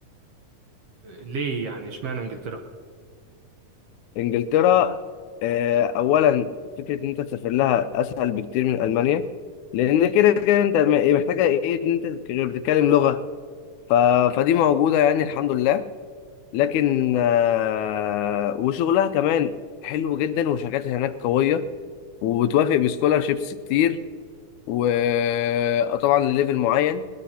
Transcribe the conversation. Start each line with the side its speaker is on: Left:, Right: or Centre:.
Right: ليه يعني اشمعنى انجلترا
Left: انجلترا آه، اولا فكره ان انت تسافر لها اسهل بكتير من المانيا لان كده كده انت م- محتاجه ايه ان انت تك- بتتكلم لغه ف... فدي موجوده يعني الحمد لله لكن آه، وشغلها كمان حلو جدا وشركاتها هناك قويه وبتوافق بسكولارشيبس كتير وطبعا لليفل معين